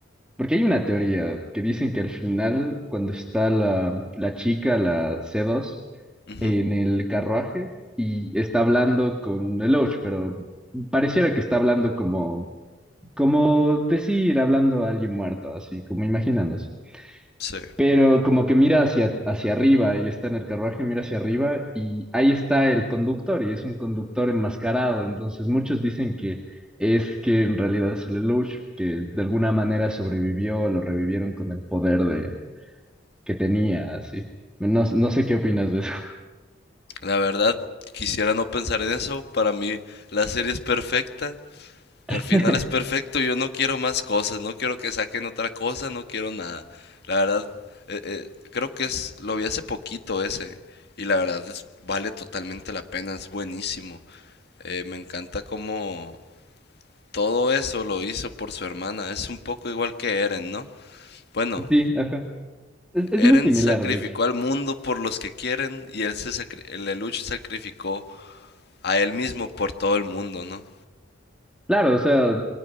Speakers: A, in the centre; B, on the left (about 60°).
A: Porque hay una teoría que dicen que al final, cuando está la, la chica, la C2,
B: Ujú,
A: en el carruaje y está hablando con el Lelouch, pero pareciera que está hablando como, como decir, hablando a alguien muerto, así como imaginándose.
B: Sí.
A: Pero como que mira hacia, hacia arriba, ella está en el carruaje, mira hacia arriba y ahí está el conductor y es un conductor enmascarado. Entonces muchos dicen que es que en realidad es el Lelouch, que de alguna manera sobrevivió, lo revivieron con el poder de, que tenía, así. No, no sé qué opinas de eso.
B: La verdad, quisiera no pensar en eso. Para mí, la serie es perfecta. El
A: <laughs>
B: final es perfecto. Yo no quiero más cosas. No quiero que saquen otra cosa. No quiero nada. La verdad, eh, eh, creo que es... Lo vi hace poquito ese. Y la verdad, es- vale totalmente la pena. Es buenísimo. Eh, me encanta cómo... Todo eso lo hizo por su hermana. Es un poco igual que Eren, ¿no? Bueno,
A: Sí, ajá. Es, es
B: Eren
A: muy similar,
B: sacrificó
A: de hecho.
B: al mundo por los que quieren y él se sacri- el Lelouch sacrificó a él mismo por todo el mundo, ¿no?
A: Claro, o sea,